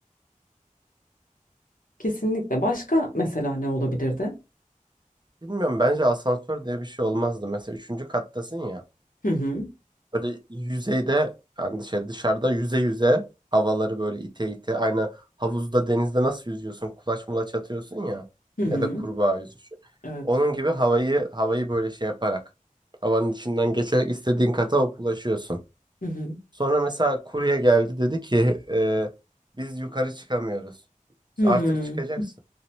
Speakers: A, on the left; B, on the right.
A: Kesinlikle. Başka mesela ne olabilirdi?
B: Bilmiyorum bence asansör diye bir şey olmazdı. Mesela üçüncü kattasın ya.
A: Hı hı.
B: Böyle yüzeyde yani şey dışarıda yüze yüze havaları böyle ite ite. Aynı havuzda denizde nasıl yüzüyorsun? Kulaç mulaç atıyorsun ya.
A: Hı hı.
B: Ya da kurbağa yüzüşü.
A: Evet.
B: Onun gibi havayı havayı böyle şey yaparak havanın içinden geçerek istediğin kata hop ulaşıyorsun.
A: Hı hı.
B: Sonra mesela kurye geldi dedi ki e, biz yukarı çıkamıyoruz. İşte
A: Hmm.
B: Artık çıkacaksın.